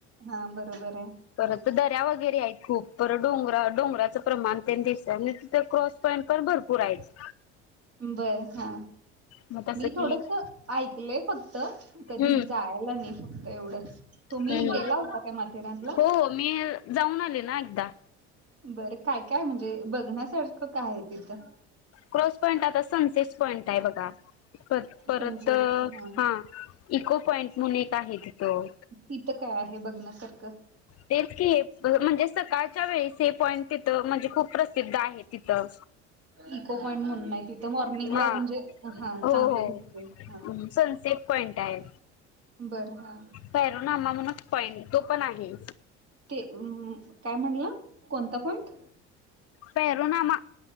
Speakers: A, on the right (about 45°); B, on the left (about 45°).
A: हां, बरोबर आहे.
B: परत
A: हां.
B: दऱ्या वगैरे आहेत खूप. परं डोंगरा डोंगराचं प्रमाण त्यांनी दिसत, म्ह तिथं क्रॉस पॉईंट पण भरपूर आहेच
A: बर हा
B: मग तसं
A: मी
B: की
A: थोडस ऐकलय फक्त. कधी
B: हम्म
A: जायला नाही फक्त एवढंच तुम्ही
B: हम्म
A: गेला होता काय माथेरानला?
B: हो हो मी जाऊन आले ना एकदा.
A: बरं काय-काय म्हणजे बघण्यासारखं काय आहे तिथं?
B: क्रॉस पॉईंट आता सनसेट पॉईंट आहे बघा. परत
A: सनसेट हां.
B: हा इको पॉइंट म्हणून एक आहे तिथं.
A: तिथं काय आहे बघण्यासारखं?
B: तेच की हे म्हणजे सकाळच्या वेळीस हे पॉईंट तिथं म्हणजे खूप प्रसिद्ध आहे तिथं.
A: इको पॉइंट म्हणून नाही तिथं मॉर्निंगला
B: हा
A: म्हणजे हा
B: हो
A: चांगलं दिसते हा
B: हो सनसेट! पॉईंट आहे.
A: बरं हा.
B: पॅरो नामा म्हण पॉईंट तो पण आहे.
A: ते काय म्हणलं कोणता पॉईंट?
B: पैरोनामा